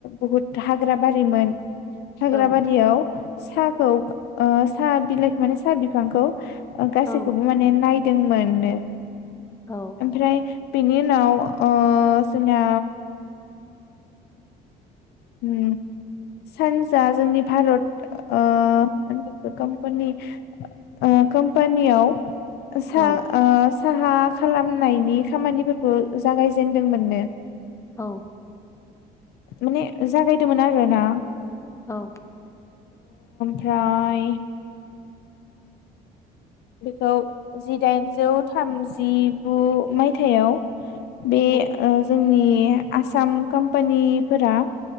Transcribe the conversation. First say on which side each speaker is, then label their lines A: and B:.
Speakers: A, on the left; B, on the left.
A: बहुत हाग्रा बारिमोन। हाग्राबारियाव
B: औ
A: साहाखौ ओ साहा बिलाइखौ माने साहा बिफांखौ ओ गासैखौबो
B: औ
A: माने नायद जों मोननो
B: औ
A: ओमफ्राय बेनि उनाव ओ जोंना उम सानजा जोंनि भारत ओ मा होनगोन बेखो कम्पानि ओ कम्पानियाव सा
B: औ
A: ओ साहा खालामनायनि खामानिफोरखौ जागायजेेनदोंमोननो
B: औ
A: माने जागायदोंमोन आरो ना
B: औ
A: फ्राय बेखौ जिदाइनजौ थामजिगु मायथाइआव बे
B: औ
A: ओ जोंनि आसाम कम्पानिफोरा।